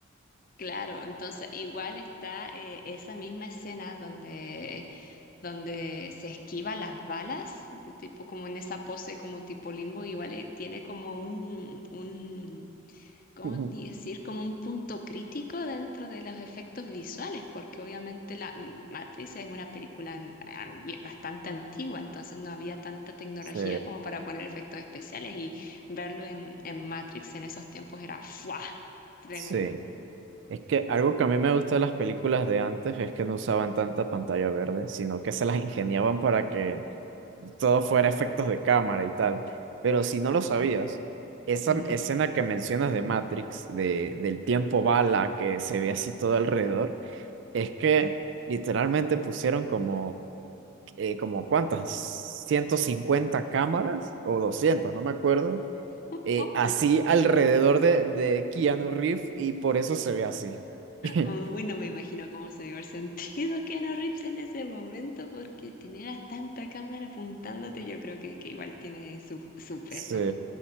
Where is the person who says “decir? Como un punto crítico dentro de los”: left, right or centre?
Left